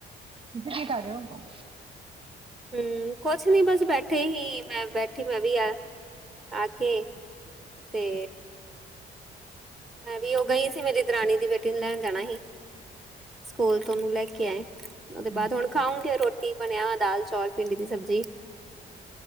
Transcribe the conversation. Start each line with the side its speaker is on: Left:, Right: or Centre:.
Right: ਤੁਸੀ ਕੀ ਕਰ ਰੇਓ?
Centre: ਹੂੰ, ਕੋਛ ਨੀ ਬਸ ਬੈਠੇ ਹੀ, ਮੈਂ ਬੈਠੀ ਮੈਂ ਵੀ ਐ ਆਕੇ ਤੇ ਮੈਂ ਵੀ ਯੋਗਾ ਹੀ ਸੀ ਮੇਰੀ ਦਰਾਣੀ ਦੀ ਬੇਟੀ ਨੂੰ ਲੈਣ ਜਾਣਾ ਸੀ। ਸਕੂਲ ਤੋਂ ਓਨੂੰ ਲੈਕੇ ਆਏ ਓਦੇ
Right: ਹਾਂਜੀ
Centre: ਬਾਦ ਹੁਣ ਖਾਉਂਗੇ ਰੋਟੀ। ਰਟੀ ਬਨੇਆ ਦਾਲ-ਚੌਲ, ਭਿੰਡੀ ਦੀ ਸਬਜੀ,